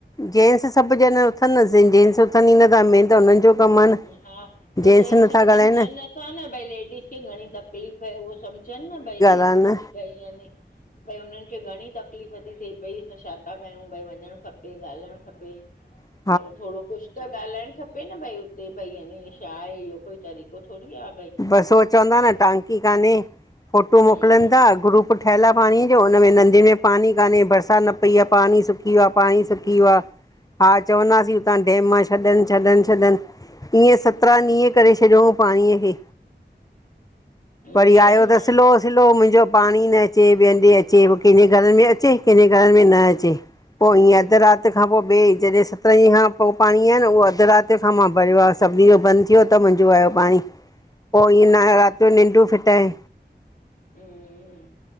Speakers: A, on the left; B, on the left.
A: जेंन्स सभु ॼण उथंदसीं जेंट्स उथन ही नथा म त हुननि जो कमु आहे न
B: ह- हा!
A: जेंट्स
B: त जेनस
A: नथा
B: समझन
A: ॻाल्हाइनि
B: नथा न भई लेडस खे घणी तकलीफ़ ह उो समझनि न भई। जेंट्स
A: कन <inaudible>
B: बि भई यानि भई हुननि खे घणी तकलीफ़ थी थिए पई असां छा था कयूं भाई वञणु खपे ॻाल्हाइणु खपे।
A: ह <inaudible>
B: भई थोरो कुछ त ॻालाहाइण खपे न भई हुते भई न छा आहे इहो कोई तरीक़ो थोरी आ।
A: बसि उअ चवंदा न टांकी कान्हे, फोटू
B: हम्म
A: मोकिलन था ग्रुप पोइ ठहियल आहे पाणीअ जो हुन में नदी में पाणी कान्हे बरसात न पई आहे पाणी सुकी वियो आहे पाणी सुकी वियो आहे। हा चवंदासीं हुतां डेम मां छॾन- छॾन-छॾन। ईअ सत्रहं
B: हम्म
A: ॾींहं करे छॾियऊं पाणीअ खे।
B: उहो
A: वरी
B: ई आहे
A: आयो
B: न
A: दस
B: माण्हू
A: लो सिलो मुंहिंजो पाणी न अचे ॿे हं्डे अचे पोइ कंहिंजे घर में अचे कंहिंजे घर में न अचे। पोइ ईअं
B: हम्म
A: अध रात सत खां पोइ ॿए जॾहिं सतरन ॾींहं खां पोइ पाणी आहे न उहो अधु राति खां मां भरियो आहे सभिनी जो बंद थियो त मुंहिंजो आहियो पाणी पोइ ईअं
B: ॿियो
A: न
B: छा
A: राति जो निंडूं फिटाए
B: हम